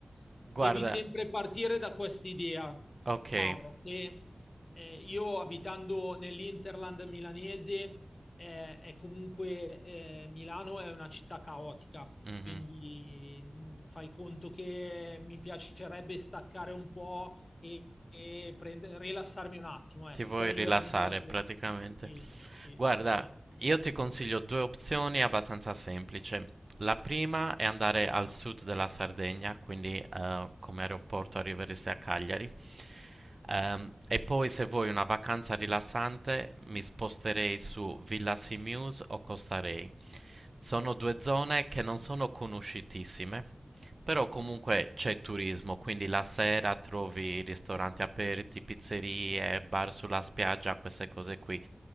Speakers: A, on the left; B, on the right.
A: Devi
B: Guarda,
A: sempre partire da questa idea
B: ok,
A: Mauro, che eh, io abitando nell'Interland milanese, eh, è comunque eh, Milano è una città caotica,
B: mhm.
A: quindi mh, fai conto che mi piacerebbe staccare un po' e, e prende- rilassarmi un attimo, ecco,
B: Ti vuoi
A: quello
B: rilassare
A: è l'idea che...
B: praticamente.
A: Sì, sì,
B: Guarda,
A: sì, sì.
B: io ti consiglio due opzioni abbastanza semplici. La prima è andare al sud della Sardegna, quindi eh, come aeroporto arriveresti a Cagliari. Ehm, e poi se vuoi una vacanza rilassante mi sposterei su Villa Simius o Costa Rey. Sono due zone che non sono conosciutissime, Però comunque c'è turismo, quindi la sera trovi ristoranti aperti, pizzerie, bar sulla spiaggia, queste cose qui.